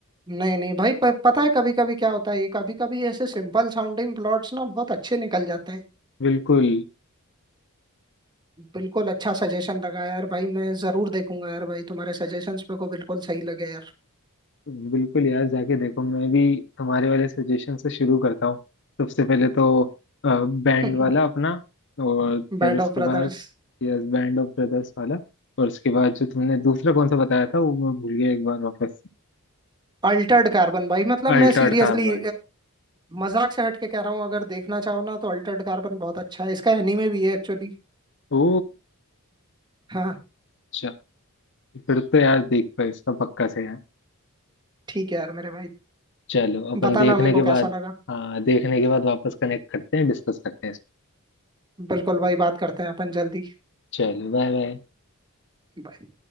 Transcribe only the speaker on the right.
नहीं नहीं भाई प, पता है कभी कभी क्या होता है ये कभी कभी ऐसे सिंपल साउंडिंग प्लॉट्स ना बहुत अच्छे निकल जाते हैं
बिल्कुल अच्छा सजेशन लगा यार भाई मैं जरूर देखूंगा यार भाई तुम्हारे सजेशंस मेरे को बिल्कुल सही लगे यार
बिल्कुल
<laughs>
Band
of Brothers
Altered Carbon भाई मतलब
मैं सीरियसली
मजाक से हट के कह रहा हूँ अगर देखना चाहो ना तो अल्टर्ड कार्बन बहुत अच्छा है इसका एनीमे भी है एक्चुअली
हाँ
ठीक है यार मेरे भाई
बताना
मेरे को
कैसा
लगा
बिल्कुल भाई बात करते हैं अपन जल्दी
Bye.